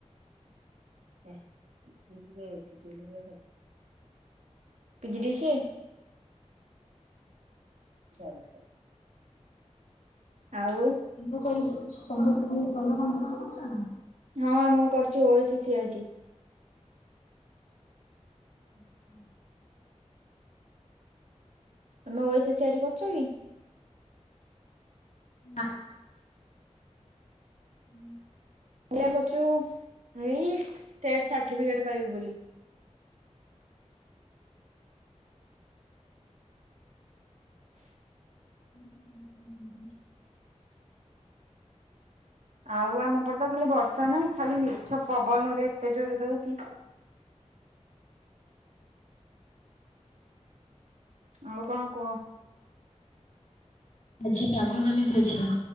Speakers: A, on the right; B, on the left.
A: ଏ <inaudible> ପିଜି ଡ଼ି ସିଏ <inaudible> ଆଉ।
B: ତମେ କରିକି ତମେ ସବୁ <inaudible>
A: ହଁ ମୁଁ କରିଛି ଓଏସ୍ ସି ଆଇ ଟି।
B: ଉଁ ହୁଁ।
A: ତମେ ଓଏସେ ସି ଆଇ ଟି କରୁଛ କି।
B: ନାଁ। ହୁଁ।
A: ଇଆ ପଛୁ ଏଇ ଟେଥେ ସାର୍ଟିଫିକେଟ ପାଇବୁ ବୋଲି।
B: <unintelligible>
A: ଆଉ ଆମ ପଟ ତ ଖାଲି ବର୍ଷା ନାହିଁ ଖାଲି ମିଛ ପବନ ରେ ଏତେ ଜୋରେ ଦଉଛି। ଆଉ କ'ଣ କୁହ।
B: ଆଜି ପାଗୁ ମାନେ ଦେଇଛ।